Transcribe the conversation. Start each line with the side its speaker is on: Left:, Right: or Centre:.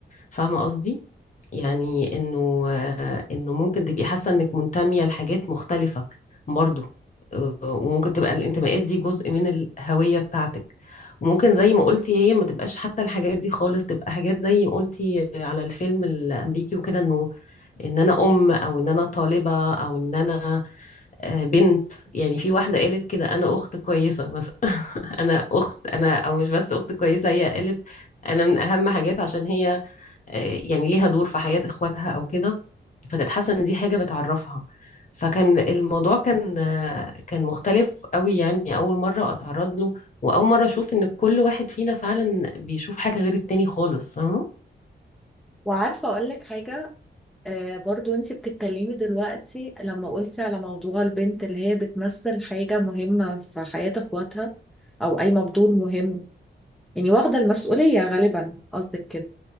Left: فاهمة قصدي؟ يعني انه آه، انه ممكن تبقي حاسه انك منتميه لحاجات مختلفه برضو آه، وممكن تبقى الانتماءات دي جزء من الهويه بتاعتك وممكن زي ما قلتي هي ما تبقاش حتى الحاجات دي خالص تبقى حاجات زي ما قلتي على الفيلم الامريكي وكده انه ان انا ام او ان انا طالبه او ان انا آه، بنت يعني في واحده قالت كده انا اخت كويسه مثلا <laughs> انا اخت انا او مش بس اخت كويسه هي قالت انا من اهم حاجات عشان هي آه، يعني ليها دور في حياة اخواتها او كده فكانت حاسة ان دي حاجة بتعرفها فكان الموضوع كان آه، كان مختلف قوي يعني اول مرة اتعرض له واول مرة اشوف ان كل واحد فينا فعلا بيشوف حاجة غير التاني خالص فاهمة
Centre: وعارفة اقول لك حاجة آه برضو انتي بتتكلمي دلوقتي لما قلتي على موضوع البنت اللي هي بتمثل حاجة مهمة في حياة اخواتها او قايمة بدور مهم يعني واخدة المسؤولية غالبا قصدك كده